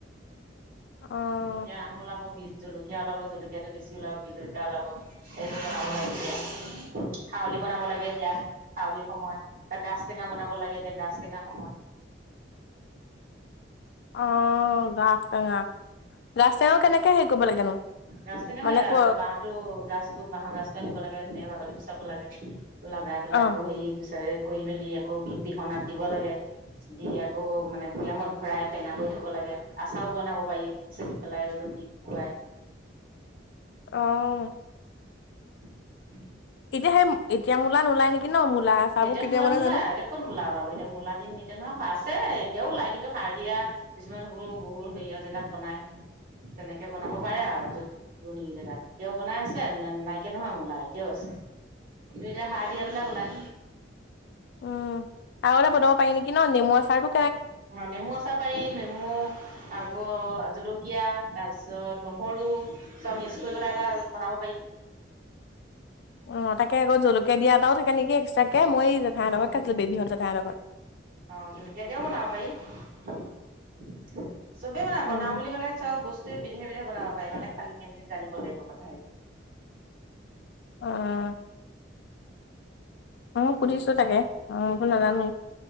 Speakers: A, on the left; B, on the right.
A: অ',
B: এতিয়া আম ওলাব বিজ জলকীয়া ওলাব জলকীয়াটো বেছি ওলাব বি জলকীয়া ওলাব সেইবোৰ বনাব লাগে এতিয়া খাৱলি বনাব লাগে এতিয়া খাৱলি সময় গাাজ টেঙা বনাব লাগে এতিয়া গাাজ টেঙা সময়
A: অ গা ঙা গাছ টেঙা কেনেকে হেৰি কৰিব লাগেনো?
B: গাছ টেঙা
A: মানে
B: হে
A: ক'
B: এ বাহহটো গছতো বাহৰ গছতটো আনিব লাগে ধুনীয়া কলিব চব লাগে লগাই পেলাইাকো
A: অ'।
B: সেই গছে কৰি মেলি আকৌ বি পিহনাত দিব লাগে দি আকৌ মানে বুয়ামত ভৰাই টেঙা কৰি থ'ব লাগে আচাৰও বনাব পাৰি চেপ পেলাই ৰ'দত দি কাই
A: আহ
B: উ
A: এতিয়া সেই এতিয়া মূলা ওলাই নেকি ন মূলা আচাৰবোৰ
B: এতিয়া
A: কেতিয়া
B: মূলা
A: বনাই জানো
B: এতিয়া ক'ত মূা লাব এতিয়া মূা দিন এতিয়া নহয় শ আছে এতিয়াওলাই কিন্তু সাৰ দিয়া কিছুমান সবোৰ বহু হেৰিয় জেগাত বনাই তেনেকে বনাব পাৰে আৰু যত পুৰণি জেগাত এতিয়াও বনাই আছে নাইকিয় নহয় মোৰ লাই এতিয়াও আছে কিন্তু এতিয়া সাৰ দিয়াবলাক ওলাই
A: উম আৰু এটা বনাব পাৰি নেকি ন নেমু চাৰ টো
B: অ নেমু আচাৰ পাৰি নেমু আকৌ জলকীয়া তাৰপিছত নহৰু চব মিক্স কৰিবেল এটা বনাব পাৰি
A: অ তাকে আকৌ জলকীয়া দিয়া এটাও থাকে নেকি এক্স্ৰ কে মইঠাইৰ
B: উম
A: লগত খাইছিলো বেবীহঁতৰঠাইৰ লগত
B: অ জলকীয়া দিও <inaudible> চবেই বনাওঁ বনাও
A: উম
B: বুলি ক'লে চব বস্তু বিধে বিধে বনাব পাৰি মানে খালি নিয়মখিনি জানিব লাগিব কথা সেইটো
A: আহ অ মই সুধিছো তাকে অো নাজানো